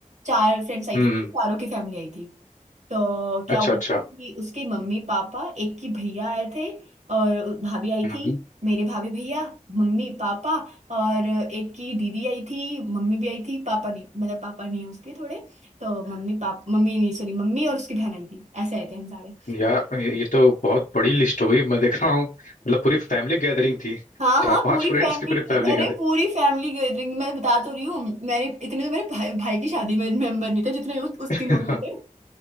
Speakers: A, on the right; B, on the left.
A: चार फ्रेंड्स आई
B: हम्म,
A: थी चारों की फैमिली आई थी तो क्या
B: अच्छा
A: हुआ
B: अच्छा
A: था कि उसके मम्मी पापा एक की भैया आए थे और भाभी आई
B: हम्म,
A: थी
B: हम्म।
A: मेरे भाभी भैया मम्मी पापा और एक की दीदी आई थी मम्मी भी आई थी पापा नहीं मतलब पापा नहीं है उसके थोड़े तो मम्मी पाप मम्मी नहीं सॉरी मम्मी और उसकी बहन आई थी ऐसे आए थे हम सारे
B: यार ये, ये तो बहुत बड़ी लिस्ट हो गई मैं देख रहा हूँ मतलब पूरी फैमिली गैदरिंग थी
A: हाँ हाँ
B: चार पांच
A: पूरी
B: फ्रेंड्स
A: फैमिली
B: की पूरी फैमिली
A: अरे पूरी फैमिली गैदरिंग मैं बता तो रही हूँ मेरे इतने तो मेरे भाई, भाई की शादी में मेंबर नहीं थे जितने उस, उस दिन
B: गैदरिंग
A: हो गए थे